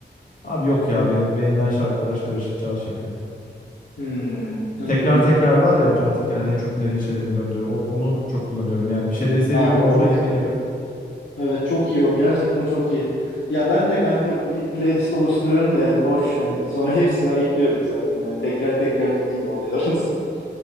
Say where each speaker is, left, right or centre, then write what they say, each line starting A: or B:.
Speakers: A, on the left (about 45°); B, on the left (about 80°).
A: Abi yok ya benim beğenilen şarkılar aç karışık çal şekli.
B: Hmm, anladım.
A: Tekrar tekrar var ya otomatik gelen en çok dinlediğin şeylerin döndüğü. O- onu çok kullanıyorum. Yani bir şeyleri seviyorum
B: Aa o
A: o oraya
B: çok
A: geliyor.
B: iyi. Evet çok iyi o gerçekten çok iyi. Ya ben de kanka bir playlist oluşturuyorum da yani boş hani. Sonra hepsini ekliyorum zaten yani tekrar tekrar gibi oluyor <laughs> orası da.